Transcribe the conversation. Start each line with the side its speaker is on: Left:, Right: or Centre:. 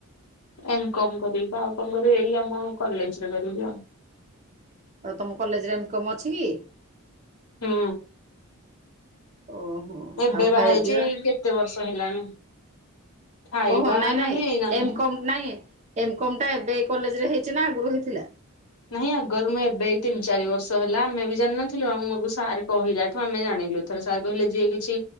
Left: ଏମ କମ କରିବି ପା ଆଉ କଣ କରିବି ଏଇ ଆମ କଲେଜ ରେ କରିବି ଆଉ।
Right: ଆଉ ତମ କଲେଜରେ ଏମ କମ୍ ଅଛି କି?
Left: ହୁଁ।
Right: ଓହୋ
Left: ଏବେ
Right: ଆଉ
Left: ବାହା
Right: ଖାଇବା
Left: ହେଇଛି
Right: ପିଇବା
Left: ଏଇ କେତେ ବର୍ଷ ହେଲାଣି ଖାଇବା
Right: ଓହୋ ନାଇଁ ନାଇଁ
Left: ନାହିଁ ଏଇନା
Right: ଏମ
Left: ନୁହେଁ।
Right: କମ ନାଇଁ ଏମ କମ୍ ଟା ଏବେ କଲେଜ ରେ ହେଇଛି ନା ଆଗରୁ ହେଇଥିଲା।
Left: ନାଇଁ ଆଗରୁ ମୁଁ ଏବେ ତିନି ଚାରି ବର୍ଷ ହେଲା ଆମେ ବି ଜାଣିନଥିଲୁ ଆମକୁ ସାର କହିଲାଠୁ ଆମେ ଜାଣିଲୁ। ଥରେ ସାର୍ କହିଲେ ଯିଏ କିଛି